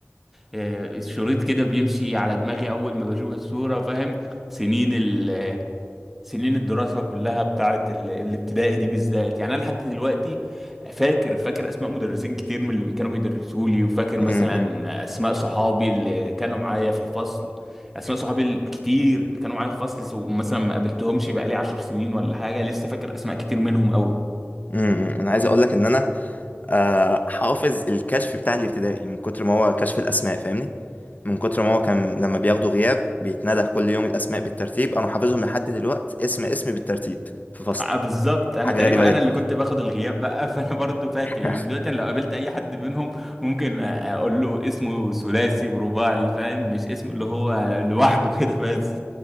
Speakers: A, in the centre; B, on the left (about 35°).
A: آه، الشريط كده بيمشي على دماغي اول ما بشوف الصوره فاهم سنين ال سنين الدراسه كلها بتاعت ال- الابتدائي دي بالذات يعني انا لحد دلوقتي فاكر فاكر اسماء مدرسين كتير من اللي كانوا بيدرسوا لي وفاكر
B: م-
A: مثلا
B: م.
A: اسماء صحابي اللي كانوا معايا في الفصل اسماء صحابي الكتير اللي كانوا معايا في الفصل سو- مثلا ما قابلتهمش بقالي عشر سنين ولا حاجه لسه فاكر اسماء كتير منهم قوي
B: امم انا عايز اقول لك ان انا آه، حافظ الكشف بتاع الابتدائي من كتر ما هو كشف الاسماء فاهمني من كتر ما هو كان لما بياخدوا غياب بيتندى كل يوم الاسماء بالترتيب انا حافظهم لحد دلوقتي اسم اسم بالترتيب في فصل
A: آه، بالظبط انا
B: حاجه
A: تقريبا
B: غريبه
A: انا
B: جدا
A: اللي كنت باخد الغياب بقى <laughs> فانا برضو فاكر
B: <laughs>
A: يعني دلوقتي انا لو قابلت اي حد منهم ممكن آه، اقول له اسمه ثلاثي ورباعي فاهم مش اسمه اللي هو لوحده <laughs> كده بس